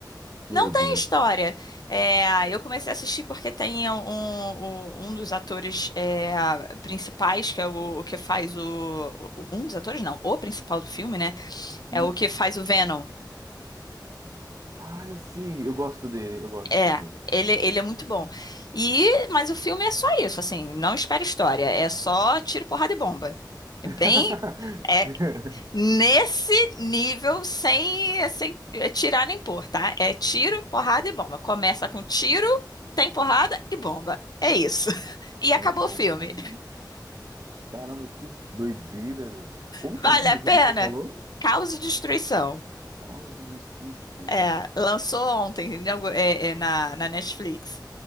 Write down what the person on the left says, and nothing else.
Não tem
história. É, eu comecei a assistir porque tem um, um, um dos atores é, principais, que é o, o que faz o. o- Um dos atores, não, o principal do filme, né? É
o que faz o Venom.
É,
ele, ele é muito bom. E, mas o filme é só isso, assim, não espera história. É só tiro, porrada e bomba. É
Bem. é Nesse nível, sem, sem eh, tirar nem pôr, tá? É tiro, porrada e bomba. Começa com tiro, tem porrada e bomba. É isso. <laughs> E acabou
o
filme.
Vale
a
pena?
Caos e destruição.
É, lançou ontem em algu- é, é, na, na Netflix.